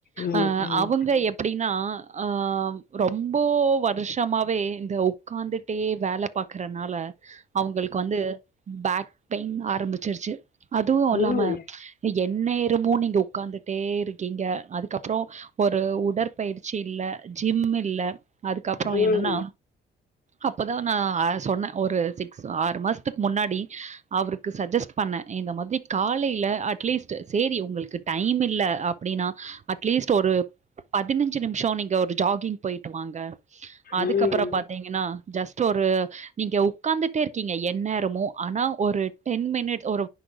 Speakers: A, on the left; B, on the right.
A: ம்
B: அ
A: ம்
B: அவுங்க எப் பிடின்னா ஆ ரொம்போ வருஷமாவே இந்த உக்காந்து டே வேல பாக்கறனால அவுங்களுக்கு வந்து பேக் பெயின் ஆரம்பிச்சிருச்சு அதுவு
A: ம்
B: இல்லாம என்நேரமு நீங்க உக்காந்துட்டேருக்கீங்க அதுக் கப்பறோ ஒரு உடற்பயிற்சி இல்ல ஜிம் இல்ல அதுக்கப்ற
A: ம்
B: என்னன்னா அப்பதா நா அ சொன்னே ஒரு சிக்ஸ் ஆறுமாசத்துக் முன்னாடி அவுருக்கு சஜஸ்ட் பண்ண இந்த மாதிரி காலைல அட்லீஸ்ட் சேரி உங்குள்க்கு டைம் இல்ல அப்டின்னா லீஸ்ட் ஒரு பதினஞ்சு நிம்ஷோ நீங்க ஒரு ஜாகிங் பொயிட்டு வாங்க அதுக்கப்பறொ
A: ம்
B: பாத்தீங்கன்னா ஜஸ்ட் ஒரு நீங்க உக்கார்ந்துட்டே இருக்கீங்க என்நேரமு ஆனா ஒரு டென் மினிட் ஒரு